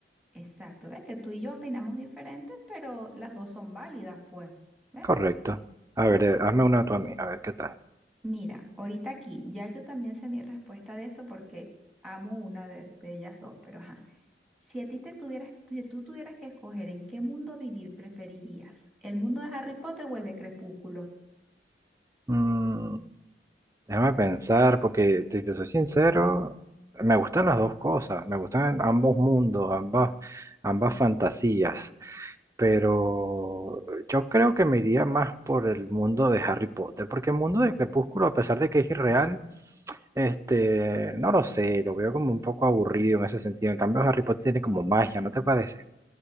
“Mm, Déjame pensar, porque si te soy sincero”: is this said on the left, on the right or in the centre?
Right